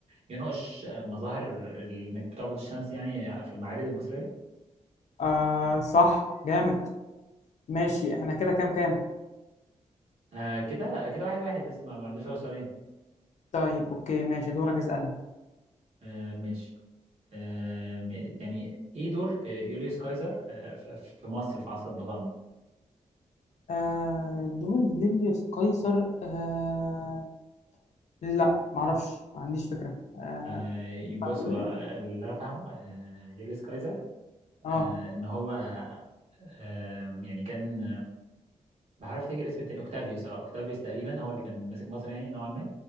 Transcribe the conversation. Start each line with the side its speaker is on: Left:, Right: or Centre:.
Right: ينقش مظاهر ال- انك بتعبد الشمس يعني في المعابد المصرية
Left: آه صح جامد ماشي احنا كده كام كام
Right: آه كده كده واحد واحد لسه ما ما عنديش غير سؤالين
Left: طيب اوكي ماشي دورك اسألني
Right: آه ماشي آه م- يعني ايه دور آه، يوليوس قيصر آه في في مصر في عصر البطالمة
Left: آه دول يوليوس قيصر آه لا معرفش ما عنديش فكرة آه
Right: آه
Left: ينفع
Right: بص
Left: تقول
Right: هو
Left: لي
Right: آه، اللي انا فاهمه آه يوليوس قيصر آه
Left: اه
Right: ان هو آه يعني كان بحاول افتكر اسم التاني اوكتافيوس اه اوكتافيوس تقريبا هو اللي كان ماسك مصر يعني نوعا ما